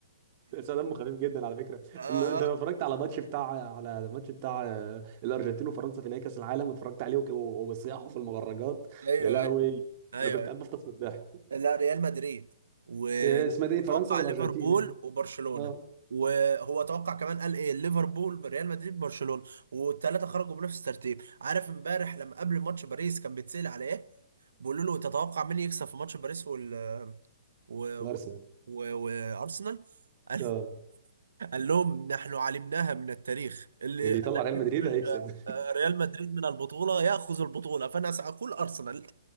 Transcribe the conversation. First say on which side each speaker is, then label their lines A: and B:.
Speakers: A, on the right; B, on the right.
A: بس دمه خفيف جدا على فكره أنا-
B: اه
A: انت
B: آه.
A: لو اتفرجت على ماتش بتاع على الماتش بتاع آه، الارجنتين وفرنسا في نهائي كاس العالم واتفرجت عليه وك- وبصياحه في المدرجات
B: ايوه
A: يا لهوي
B: ايوه ايوه
A: انا كنت قاعد بفطس من الضحك
B: لا ريال مدريد و-
A: آه، اسمها دي
B: وتوقع
A: فرنسا والارجنتين
B: ليفربول
A: يعني.
B: وبرشلونة
A: اه
B: وهو توقع كمان قال ايه ليفربول ريال مدريد برشلونة والثلاثة خرجوا بنفس الترتيب عارف امبارح لما قبل ماتش باريس كان بيتسأل على ايه بيقولوا له تتوقع مين يكسب في ماتش باريس وال و...
A: الارسنال
B: و... و... وارسنال <laughs> قال
A: اه
B: قال لهم نحن علمناها من التاريخ اللي
A: اللي
B: الذي
A: يطلع ريال
B: يخرج
A: مدريد هيكسب
B: آه، ريال مدريد من البطولة يأخذ البطولة فأنا سأقول أرسنال